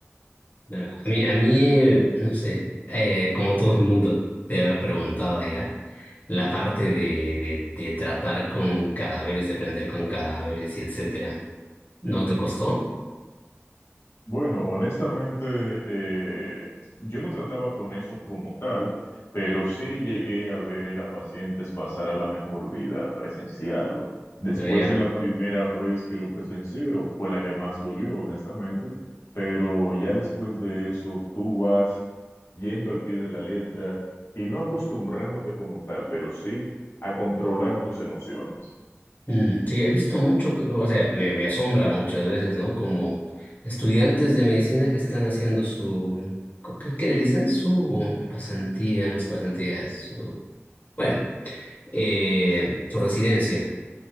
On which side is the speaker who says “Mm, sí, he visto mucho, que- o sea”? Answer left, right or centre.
Left